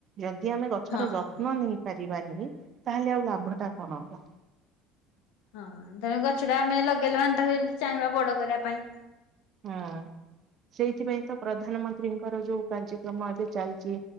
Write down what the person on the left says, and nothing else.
ହଁ।
ହଁ ତେଣୁ ଗଛଟା ଆମେ ଲଗେଇଲା ତାକୁ ଯେମିତି ଚାହିଁବା ବଡ କରିବା ପାଇଁ।